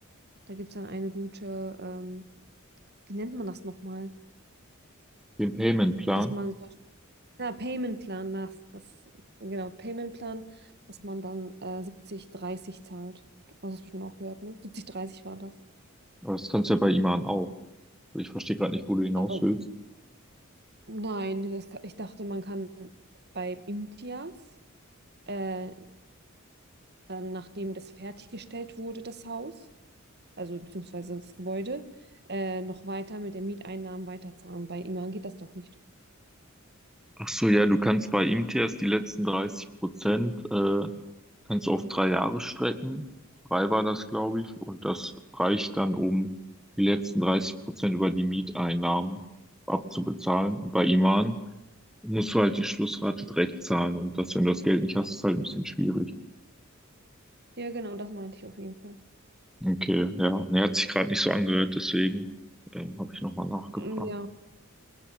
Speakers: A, on the right; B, in the centre.
A: Da gibt es dann eine gute, ähm, wie nennt man das nochmal?
B: Den Payment-Plan.
A: Dass man Ja, Payment-Plan nach, das, genau, Payment-Plan, dass man dann äh, 70, 30 zahlt. Du hast es bestimmt auch gehört, ne? siebzig dreißig war das.
B: Aber das kannst du ja bei Iman auch. Also Ich verstehe gerade nicht, wo du hinaus
A: Aber
B: willst.
A: nein, das, ka- ich dachte, man kann bei Imtias, äh, dann nachdem das fertiggestellt wurde, das Haus, also beziehungsweise das Gebäude, äh, noch weiter mit den Mieteinnahmen weiterzahlen. Bei Iman geht das doch nicht.
B: Ach so, ja, du kannst bei IMTS die letzten 30 Prozent, äh, kannst du auf drei Jahre strecken. Drei war das, glaube ich. Und das reicht dann, um die letzten 30 Prozent über die Mieteinnahmen abzubezahlen. Und bei Iman musst du halt die Schlussrate direkt zahlen. Und das, wenn du das Geld nicht hast, ist halt ein bisschen schwierig.
A: Ja, genau, das meinte ich auf jeden Fall.
B: Okay, ja. Ne, hat sich gerade nicht so angehört, deswegen, ähm, habe ich nochmal nachgefragt.
A: Mm, Ja,